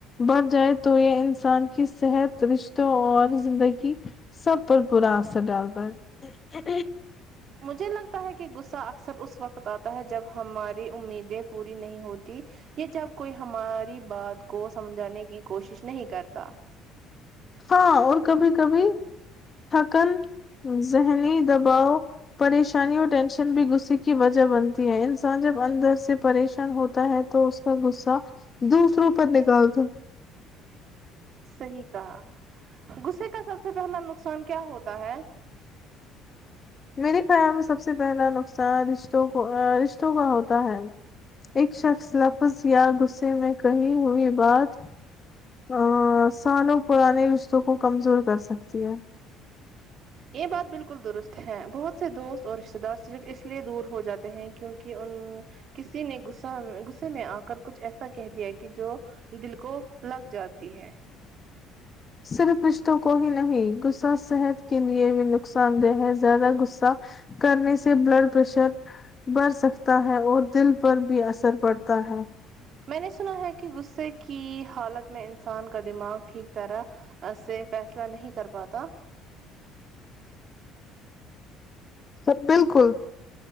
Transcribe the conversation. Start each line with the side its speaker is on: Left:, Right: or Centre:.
Left: بڑھ جائے تو یہ انسان کی صحت رشتوں اور زندگی سب پر برا اثر ڈالتا ہے
Right: مجھے لگتا ہے کہ غصہ اکثر اس وقت آتا ہے جب ہماری امیدیں پوری نہیں ہوتی کہ جب کوئی ہماری بات کو سمجھانے کی کوشش نہیں کرتا
Left: ہاں اور کبھی کبھی تھکن ذہنی دباؤ پریشانی اور ٹینشن بھی غصے کی وجہ بنتی ہے انسان جب اندر سے پریشان ہوتا ہے تو اس کا غصہ دوسروں پر نکلتا
Right: صحیح کہا غصے کا سب سے پہلا نقصان کیا ہوتا ہے
Left: میرے خیال میں سب سے پہلا نقصان رشتوں کو رشتوں کا ہوتا ہے ایک شخص لفظ یا غصے میں کہی ہوئی بات ا سالوں پرانے رشتوں کو کمزور کر سکتی ہے
Right: یہ بات بالکل درست ہے بہت سے دوست اور رشتے دار صرف اس لیے دور ہو جاتے ہیں کیونکہ ان کسی نے غصہ غصے میں آ کر کچھ ایسا کہہ دیا کہ جو دل کو لگ جاتی ہے
Left: صرف رشتوں کو ہی نہیں غصہ صحت کے لیے بھی نقصان دہ ہے زیادہ غصہ کرنے سے بلڈ پریشر بڑ سکتا ہے اور دل پر بھی اثر پڑتا ہے
Right: میں نے سنا ہے کہ غصے کی حالت میں انسان کا دماغ ٹھیک طرح سے فیصلہ نہیں کر پاتا
Left: سب بالکل